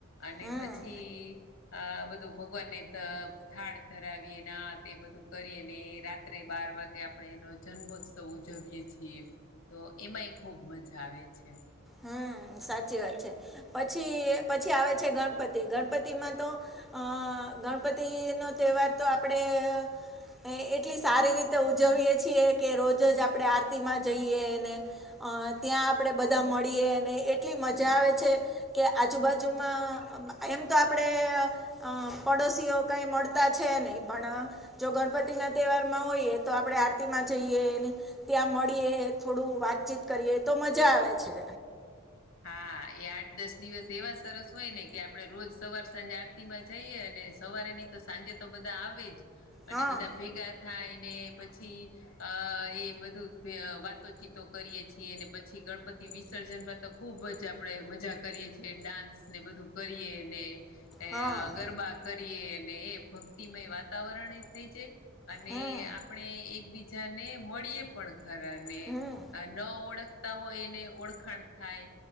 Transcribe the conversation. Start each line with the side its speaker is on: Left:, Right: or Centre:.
Left: અને
Centre: હમ
Left: પછી આ બધું ભગવાનને થ થાળ ધરાવીએ ન આ તે બધું કરીયે ને રાત્રે બાર વાગે આપણે એનો જન્મોત્સવ ઉજવીયએ છીએ, તો એમાં એ ખૂબ મજા આવે છે.
Centre: હા સાચી વાત છે પછી પછી આવે છે ગણપતિ ગણપતિ માંતો અહ ગણપતિનો તહેવાર તો આપડે એ એટલી સારી રીતે ઉજવીએ છીએ કે રોજ જ આપણે આરતીમાં જઈએ અને અ ત્યાં આપડે બધા મળીએ અને એટલી મજા આવે છે કે આજુબાજુમાં એમ તો આપડે અહ પડોશીઓ કંઈ મળતા છે નહીં પણ જો ગણપતિ ના તહેવારમાં હોઈએ તો આપણે આરતીમાં જઈએ ને ત્યાં મળીએ થોડું વાતચીત કરીએ તો મજા આવે છે.
Left: હા એ આઠ દસ દિવસ એવા સરસ હોય ને કે આપડે રોજ સવાર સાંજે આરતીમાં જઈએ અને સવારે નહીં તો સાંજે તો બધા આવે જ
Centre: હા
Left: અને બધા ભેગા થાય ને પછી અહ એ બધું વાતોચીતો કરીએ છીએ અને પછી ગણપતિ વિસર્જનમાંતો ખૂબ જ આપડે મજા કરીએ છીએ ડાન્સને બધું કરીએને એ
Centre: હા
Left: ગરબા કરીએ ને એ ભક્તિમય વાતાવરણએ થઈ જાય, અને
Centre: હમ
Left: આપણે એકબીજાને મળીએે પણ ખરાને
Centre: હમ
Left: આ ન ઓળખતા હોય એને ઓળખાણ થાય,